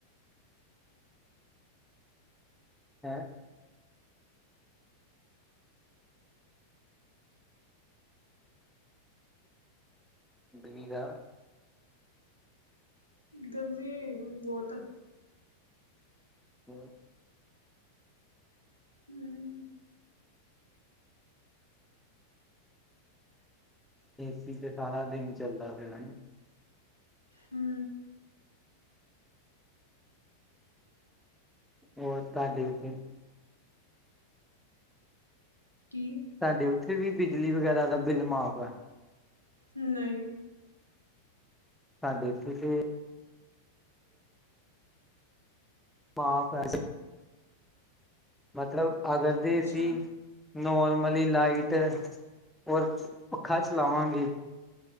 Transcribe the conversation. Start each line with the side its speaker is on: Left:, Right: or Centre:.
Centre: ਹੈਂ। ਬਣੀ ਦਾ
Left: ਗਰਮੀ ਬਹੁਤ ਆ।
Centre: ਹੂੰ।
Left: ਹੂੰ,
Centre: ਏ ਸੀ ਤੇ ਸਾਰਾ ਦਿਨ ਚੱਲਦਾ ਬੇਆ ਏ।
Left: ਹੂੰ।
Centre: ਹੋਰ ਤੁਹਾਡੇ ਉੱਥੇ
Left: ਕੀ?
Centre: ਸਾਡੇ ਉੱਥੇ ਵੀ ਬਿਜਲੀ ਵਗੈਰਾ ਦਾ ਬਿੱਲ ਮਾਫ਼ ਆ?
Left: ਨਹੀਂ।
Centre: ਸਾਡੇ ਏਥੇ ਤੇ ਮਾਫ਼ ਹੈ। ਮਤਲਬ ਅਗਰ ਦੇ
Left: ਅੱਛਾ,
Centre: ਸੀ ਨੋਰਮਲੀ ਲਾਈਟ ਔਰ ਪੱਖਾ ਚਲਾਵਾਂਗੇ